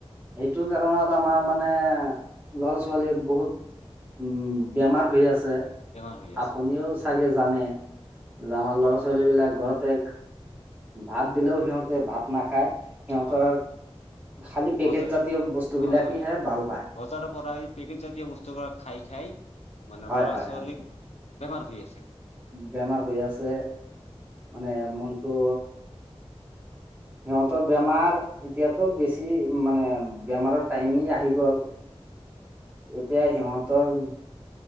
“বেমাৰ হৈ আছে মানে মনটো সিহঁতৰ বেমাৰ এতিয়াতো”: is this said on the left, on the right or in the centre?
Right